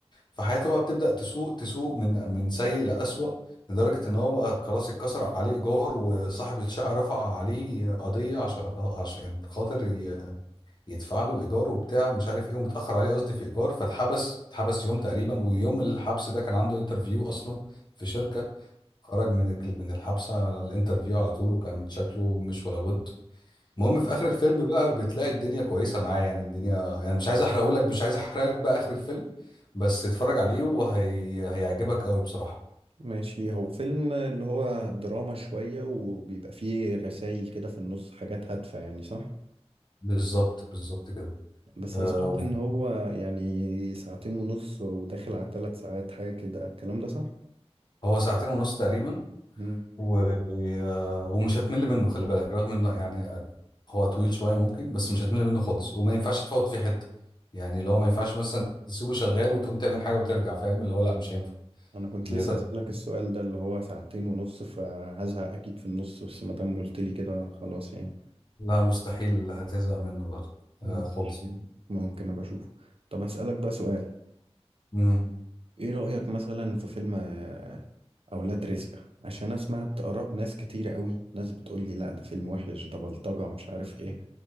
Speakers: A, on the left; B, on the right.
A: فحياته بقى بتبدأ تسوء تسوء من من سيء لأسوأ لدرجة إن هو بقى خلاص اتكسر عليه إيجار وصاحب الشقة رفع عليه قضية عشان عشان خاطر ي- يدفع له الإيجار وبتاع ومش عارف إيه ومتأخر عليه قصدي في إيجار فاتحبس اتحبس يوم تقريبا ويوم الحبس ده كان عنده انترفيو أصلا في شركة خرج من ال- من الحبسة على الانترفيو على طول وكان شكله مش ولا بد المهم في اخر الفيلم بقى بتلاقي الدنيا كويسه معاه يعني الدنيا يعني مش عايز احرقه لك مش عايز احرق لك بقى اخر الفيلم بس اتفرج عليه وهي هيعجبك قوي بصراحه
B: ماشي هو فيلم اللي هو دراما شويه وبيبقى فيه رسائل كده في النص حاجات هادفه يعني صح
A: بالظبط بالظبط كده
B: بس
A: آه
B: انا سمعت ان هو يعني ساعتين ونص وداخل على ثلاث ساعات حاجة كده الكلام ده صح؟
A: هو ساعتين ونص تقريبا
B: مم.
A: و... آه، ومش هتمل منه خلي بالك رغم انه يعني هو طويل شويه ممكن بس مش هتمل منه خالص وما ينفعش تفوت فيه حته يعني اللي
B: انا
A: هو ما ينفعش مثلا تسيبه شغال وتقوم تعمل حاجه وترجع فاهم اللي هو لا مش هينفع
B: أنا كنت
A: لدرجه
B: لسه اسألك السؤال ده اللي هو ساعتين ونص فهزهق اكيد في النص بس ما دام قلت لي كده خلاص يعني
A: لا مستحيل هتزهق منه برضه
B: مم.
A: آه خالص
B: ماشي ممكن ابقى اشوفه طب اسألك بقى سؤال
A: مم.
B: ايه رأيك مثلا في فيلم آه، اولاد رزق عشان انا سمعت اراء ناس كتيرة قوي ناس بتقول لي لا ده فيلم وحش ده بلطجة مش عارف ايه